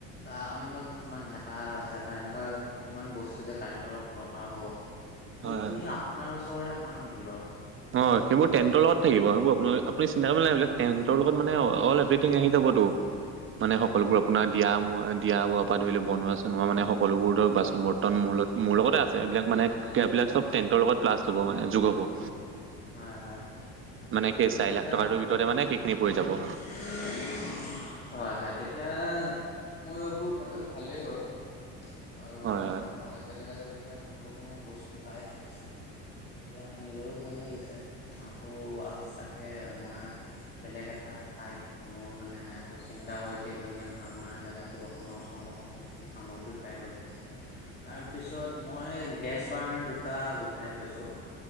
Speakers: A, on the left; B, on the right.
A: বা অন্য কিছুমান হেতা-চেতা, এনেকুৱা কিছুমান বস্তু যে কাৰিকৰক দৰকাৰ হ'ব।
B: হয়
A: এইখিনি
B: হয়
A: আপোনাৰ ওচৰতে পাম নেকি বাৰু?
B: অ সেইবোৰ টেন্তৰ লগত থাকিব, সেইবোৰ আপোনালোক আপুনি চিন্তা কৰিব নালাগে এইবিলাক, টেন্তৰ লগত মানে অল এভৰিথিং আহি যাবতো।
A: <unintelligible>
B: মানে সকলোবোৰ
A: নেকি
B: আপোনাৰ, দিয়া ম দিয়া ব পৰা ধৰি লওক বনোৱা চনোৱা, মানে সকলোবোৰ ধৰক বাচন বৰ্তন, মোৰ লগত মোৰ লগতে আ- ছেম। এইবিলাক মানে এইবিলাক চব টেন্টৰ লগত প্লাছ হ'ব মানে যোগ হ'ব।
A: হয় হয়।
B: মানে সেই
A: অ
B: চাৰিলাখ
A: তেতিয়া
B: টকাটোৰ ভিতৰতে মানে সেইখিনি পৰি যাব।
A: <unintelligible> হয় হয়, তেতিয়া মই ভাবো কথাটো ভালেই হ'ল। আৰু
B: হয়
A: মানে একে জেগাতে যেতিয়া সকলো সমূহ বস্তু পাইছো, তেতিয়া নিজৰো ভাল লাগিছে আকৌ এক্সট্ৰাকে মই বেলেগ এটা ঠাইত মোৰ মানে আকৌ চিন্তা কৰি থাকিবলগীয়া নহয় আপোনাৰ যিহেতু আপোনাৰ ওচৰতে সকলো সামগ্ৰী পাই গলো। তাৰ পিছত মই গেছ বাৰ্ণাৰ দুটা গোটাই থৈছো।